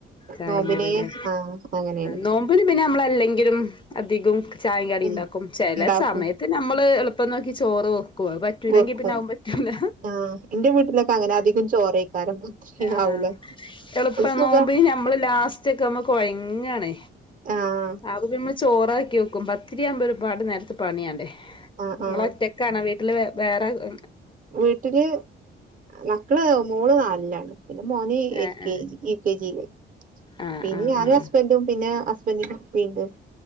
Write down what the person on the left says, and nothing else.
ചായീം
കടിയൊക്കെ
നോമ്പിന് പിന്നെ നമ്മളല്ലെങ്കിലും അധികം ചായീം കടീം
ണ്ടാക്കും ചെല
സമയത്ത് നമ്മള് എള് പ്പം നോക്കി ചോറൊ പോവാൻ പറ്റൂലെങ്കി
പിന്നെ അഉം പറ്റൂല
ആ
ഉം എളുപ്
പ്പൊ
നോമ്പിന് നമ്മള് ലാസ്റ്റെക്കുമ്പൊ കൊയങ്ങാണ്
<unintelligible> ചോറാക്കി വെക്കും പത്തിരിയാവുമ്പോ ഒരുപാട് നേരത്തെ പണിയാണ്ടേ
നിങ്ങളൊറ്റക്കണോ
വീ ഇല്ല വേറെ ഉം
ഏഹ്
ആഹ്
ആഹ്
ആഹ്